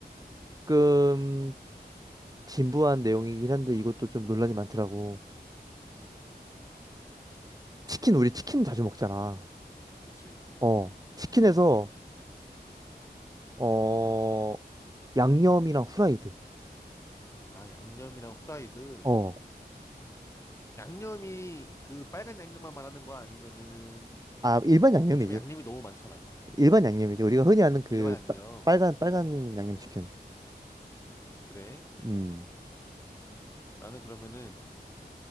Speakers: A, on the right (about 20°); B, on the left (about 15°).
A: 조금 진부한 내용이긴 한데 이것도 좀 논란이 많더라고.
B: 음,
A: 치킨 우리 치킨 자주 먹잖아.
B: 그치.
A: 어 치킨에서 어 양념이랑 후라이드.
B: 아, 양념이랑 후라이드.
A: 어 아
B: 양념이 그 빨간 양념만 말하는 거 아니면은,
A: 일반
B: 뭐,
A: 양념이지.
B: 요즘에 양념이 너무 많잖아.
A: 일반 양념이지. 우리가 흔히 아는 그
B: 일반 양념.
A: 빨- 빨간 빨간 양념 치킨.
B: 그래.
A: 음.
B: 나는 그러면은